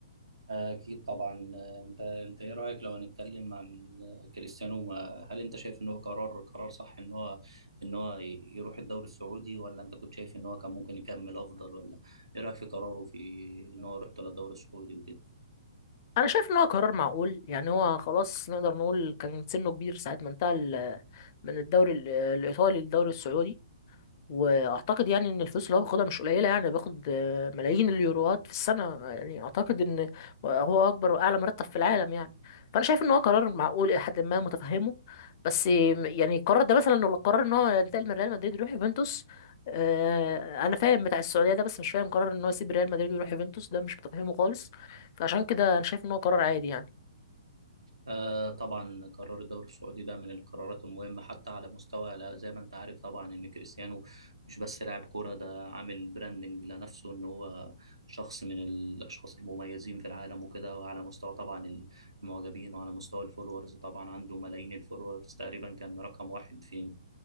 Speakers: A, on the right; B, on the left.
A: أكيد طبعا آه، أنت أنت إيه رأيك لو هنتكلم عن آه، كريستيانو آه، هل أنت شايف إن هو قرار قرار صح إن هو إن هو ي- يروح الدوري السعودي ولا أنت كنت شايف إن هو كان ممكن يكمل أفضل ولا إيه رأيك في قراره في إن هو يروح للدوري السعودي وكده؟
B: انا شايف ان هو قرار معقول يعني هو خلاص نقدر نقول كان سنه كبير ساعة ما انتقل من الدوري ال- الايطالي للدوري السعودي واعتقد يعني ان الفلوس اللي هو بياخدها مش قليله يعني بياخد آه، ملايين اليوروات في السنه يعني اعتقد ان هو اكبر واعلى مرتب في العالم يعني فانا شايف ان هو قرار معقول الى حد ما متفهمه بس م- يعني القرار ده مثلا لو قرر ان هو ينتقل من ريال مدريد يروح يوفنتوس آه، انا فاهم بتاع السعوديه ده بس مش فاهم قرار ان هو يسيب ريال مدريد ويروح يوفنتوس ده مش متفهمه خالص فعشان كده انا شايف ان هو قرار عادي يعني
A: آه طبعا قرار الدوري السعودي ده من القرارات المهمة حتى على مستوى لا- زي ما انت عارف طبعا ان كريستيانو مش بس لاعب كورة ده عامل براندنج لنفسه ان هو شخص من الاشخاص المميزين في العالم وكده وعلى مستوى طبعا المعجبين وعلى مستوى الفولورز طبعا عنده ملايين الفولورز تقريبا كان رقم واحد في